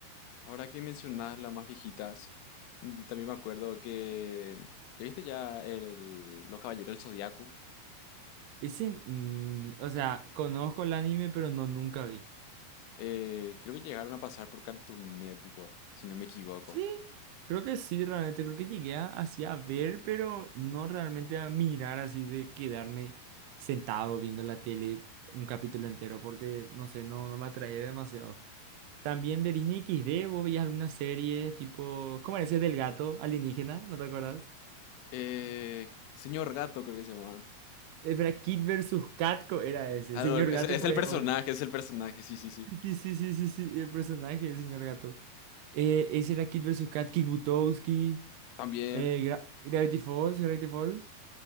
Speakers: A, on the left; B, on the right.
A: Ahora que mencionás las más viejitas, mm, también me acuerdo que, ¿ya viste ya el, Los Caballeros del Zodiaco?
B: Ese, mm, o sea, conozco el anime, pero no nunca vi.
A: Eh, creo que llegaron a pasar por Cartoon Network, si no me equivoco.
B: Sí, creo que sí, realmente. Creo que llegué a, así a ver, pero no realmente a mirar así de quedarme sentado viendo la tele un capítulo entero, porque no sé, no, no me atraía demasiado. También de Disney XD, vos veías alguna serie tipo, ¿cómo era ese del gato alienígena? ¿No te acuerdas?
A: Eh, Señor Gato creo que se llama.
B: Espera, Kid versus Catco era ese.
A: Ah,
B: Señor
A: no, el- es,
B: Gato
A: es
B: co-
A: el
B: es
A: personaje,
B: otro.
A: es el personaje, sí, sí, sí.
B: Sí, sí, sí, sí, sí, sí, el personaje del señor Gato. Eh, ese era Kid versus Kat, Kick Butowski,
A: También
B: eh, Gra- Gravity Falls, Gravity Falls.